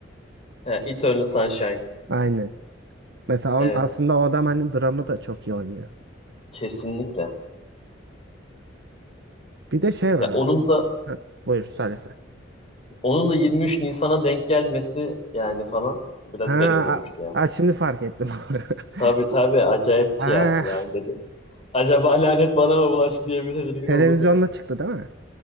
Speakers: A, on the left; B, on the right.
A: He, Eternal Sunshine.
B: Aynen. Mesela
A: Evet,
B: on, aslında o adam hani dramı da çok iyi oynuyor.
A: kesinlikle.
B: Bir de şey
A: Ya
B: var abi.
A: onun da
B: Ha, buyur söyle sen.
A: onun da 23 Nisan'a denk gelmesi yani falan biraz
B: Ha,
A: garip olmuştu
B: a-
A: ya.
B: a, şimdi fark ettim. <laughs>
A: Tabii tabii acayipti
B: Ha,
A: ya. Yani dedim Acaba lanet bana mı bulaştı diye bir tedirgin
B: televizyonda
A: oldum yani.
B: çıktı değil mi?